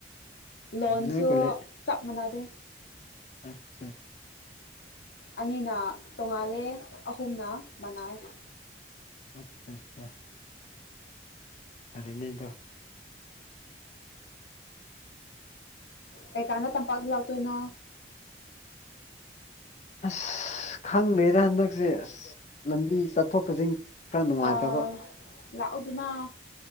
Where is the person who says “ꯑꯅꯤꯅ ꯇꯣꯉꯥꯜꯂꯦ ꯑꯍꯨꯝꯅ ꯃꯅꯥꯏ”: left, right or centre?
Left